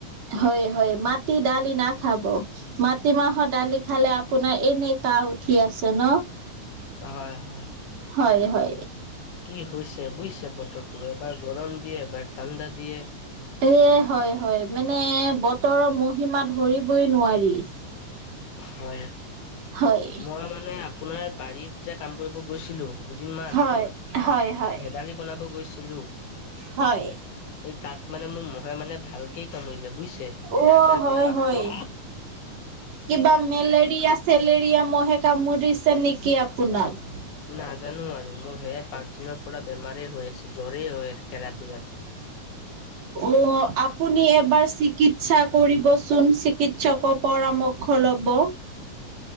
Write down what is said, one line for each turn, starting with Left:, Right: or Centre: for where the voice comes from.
Right: হয় হয় মাটি দালি নাখাব। মাটিমাহৰ দালি খালে আপোনাৰ এনে কাহ উঠি আছে ন
Left: হয় হয়।
Right: হয় হয়
Left: কি হৈছে বুইছে বতৰটো এবাৰ গৰম দিয়ে এবাৰ ঠাণ্ডা দিয়ে।
Right: এই হয় হয় মানে বতৰৰ মহিমা ধৰিবই নোৱাৰি।
Left: হয়
Right: হয়।
Left: মই মানে আপোনাৰ বাৰীত যে কাম কৰিব গৈছিলো, দুদিনমান
Right: হয় হয় হয়।
Left: হেদালি বনাব গৈছিলো।
Right: হয়।
Left: এই তাত মানে মোৰ মহে মানে ভালকে কামুৰিলে বুইছে
Right: অ'
Left: বেয়া বেয়া
Right: হয়
Left: বিষাক্ত
Right: হয়। কিবা মেলেৰিয়া চেলেৰিয়া মহে কামুৰিছে নেকি আপোনাক?
Left: নাজানো আৰু মোৰ সেয়াই পাঁচ দিনৰ পৰা বেমাৰ হৈ আছে জ্বৰেই হৈ থাকে ৰাতি ৰাতি।
Right: অ আপুনি এবাৰ চিকিৎসা কৰিবচোন চি চিকিৎসকৰ পৰামৰ্শ লব